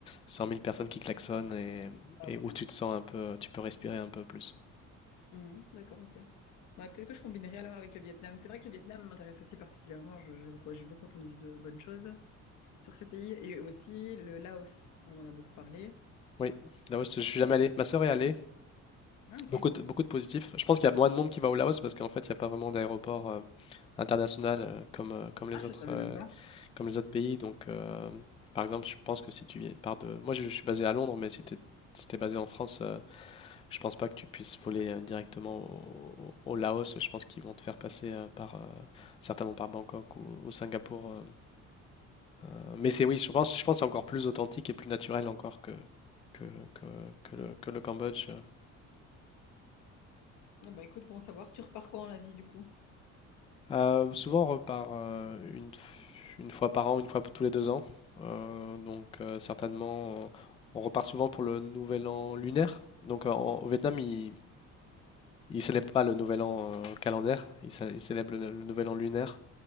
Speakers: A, on the left (about 20°); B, on the left (about 75°).
A: cent mille personnes qui klaxonnent et,
B: ça,
A: et
B: voilà.
A: où tu te sens un peu, tu peux respirer un peu plus.
B: Mhm, d'accord, ok. Bah, peut-être que je combinerai alors avec le Vietnam. C'est vrai que le Vietnam m'intéresse aussi particulièrement. Je- J'ai beaucoup, j'ai beaucoup entendu de bonnes choses sur ce pays. Et aussi le Laos, on en a beaucoup parlé.
A: Oui, là je, je suis jamais allé. Ma sœur est allée.
B: Ah, ok.
A: Beaucoup de, beaucoup de positifs. Je pense qu'il y a moins de monde qui va au Laos parce qu'en fait, il n'y a pas vraiment d'aéroport euh, international euh, comme, euh, comme les
B: Ah,
A: autres,
B: je savais
A: euh,
B: même pas.
A: comme les autres pays. Donc, euh, par exemple, je pense que si tu viens- pars de... Moi, je, je suis basé à Londres, mais si tu es, basé en France, euh, je pense pas que tu puisses voler euh, directement au, au- au Laos. Je pense qu'ils vont te faire passer euh, par, euh, certainement par Bangkok ou, ou Singapour. euh, euh, mais c'est oui, je pense, je pense que c'est encore plus authentique et plus naturel encore que, que, que, que le, que le Cambodge. euh.
B: Eh ben, écoute, bon savoir, tu repars quand en Asie du coup?
A: Euh, souvent, on repart euh, une, f- une fois par an, une fois tous les deux ans. Euh, donc, euh, certainement, euh, on repart souvent pour le nouvel an lunaire. Donc, euh, en- au Vietnam, ils ne célèbrent pas le nouvel an euh, calendaire, ils, cé- ils célèbrent le, le nouvel an lunaire.